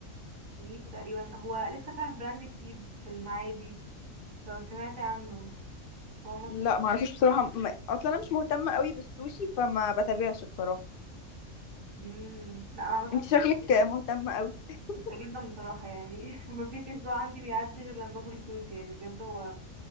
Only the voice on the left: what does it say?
لا ما اعرفش بصراحه ما... اصلا انا مش مهتمه قوي بالسوشي فما بتابعش بصراحه
انت شكلك
مهتمه قوي <laughs>